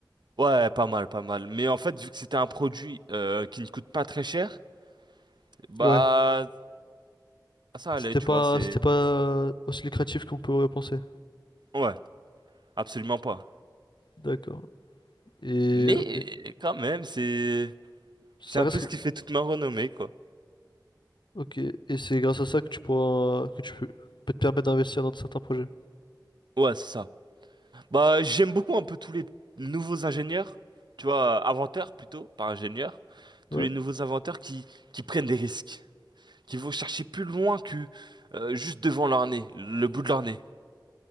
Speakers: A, on the right (about 75°); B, on the left (about 80°).
A: Ouais, pas mal, pas mal. Mais en fait, vu que c'était un produit euh, qui ne coûte pas très cher, bah
B: Ouais.
A: ça
B: C'était
A: allait, tu
B: pas,
A: vois. C'est
B: c'était pas aussi lucratif qu'on pourrait penser.
A: ouais, absolument pas.
B: D'accord. Et
A: Mais
B: ok.
A: quand même, c'est
B: Ça
A: c'est un
B: reste.
A: peu ce qui fait toute ma renommée, quoi.
B: Ok. Et c'est grâce à ça que tu pourras, que tu peux, peut te permettre d'investir dans certains projets.
A: Ouais, c'est ça. Bah j'aime beaucoup un peu tous les nouveaux ingénieurs, tu vois, inventeurs plutôt, pas ingénieurs,
B: Ouais.
A: tous les nouveaux inventeurs qui qui prennent des risques. qui vont chercher plus loin que euh, juste devant leur nez, le bout de leur nez.